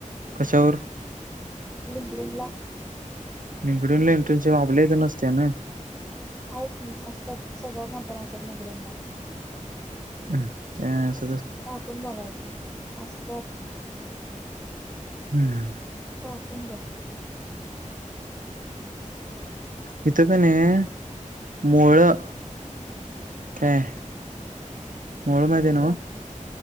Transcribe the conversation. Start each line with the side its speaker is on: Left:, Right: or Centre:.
Right: कशावर.
Centre: लिंगडिंगला
Right: निगडीलान इंटरशिप आपल्या इथे नसताना!
Centre: आहेत असतात सगळ्या कंपन्या असतात निकडेनला.
Right: ह ह
Centre: टाकून बघायचं असत्यात.
Right: हम्म!
Centre: टाकून बघ.
Right: इथं का नाही मुळं काय.
Centre: कुठं
Right: मोळ माहिती
Centre: कुठं
Right: आहे नव